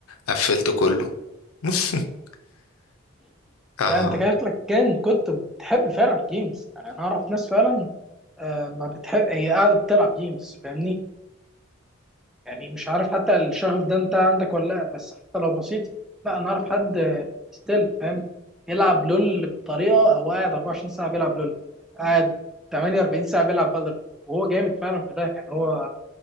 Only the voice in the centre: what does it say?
لا انت شكلك كان كنت بتحب فعلا الجيمز يعني انا اعرف ناس فعلا آه ما بتحب هي قاعده بتلعب جيمز فاهمني يعني مش عارف حتى الشغف ده انت عندك ولا لا بس حتى لو بسيط لا انا اعرف حد ستيل فاهم يلعب لول بطريقه هو قاعد 24 ساعه بيلعب لول قاعد 48 ساعه بيلعب فالورنت وهو جامد فعلا في ده يعني هو